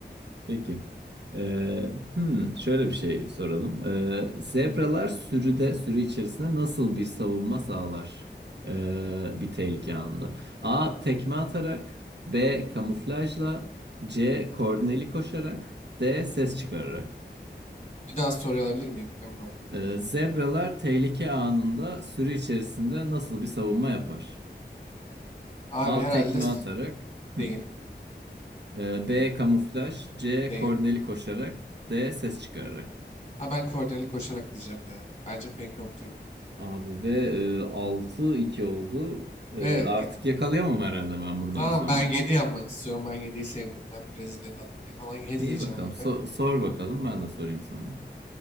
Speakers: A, on the right (about 70°); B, on the left (about 40°).
A: Peki. Ee, hmm, şöyle bir şey soralım. Ee, zebralar sürüde, sürü içerisinde nasıl bir savunma sağlar? Ee, bir tehlike anında. A. Tekme atarak. B. Kamuflajla. C. Koordineli koşarak. D. Ses çıkararak.
B: Bir daha soru alabilir miyim? Emin olayım.
A: Ee, zebralar tehlike anında sürü içerisinde nasıl bir savunma yapar?
B: Abi
A: A.
B: herhalde
A: Tekme
B: s-
A: atarak. Hı.
B: değil.
A: Ee, B. Kamuflaj. C.
B: Değil.
A: Korneli koşarak. D. Ses çıkararak.
B: Ha ben koordineli koşarak diyeceğim ya. Bence fake yoktur bu.
A: Abi ve e, 6-2 oldu. E,
B: Ve
A: artık
B: ge-
A: yakalayamam herhalde ben buradan
B: Tamam
A: sonra.
B: ben 7 yapmak istiyorum. Ben yediyi sevdiğimden Brezilya'dan dolayı falan 7
A: İyi
B: diyeceğim
A: bakalım.
B: abi.
A: So- sor bakalım ben de sorayım sonra.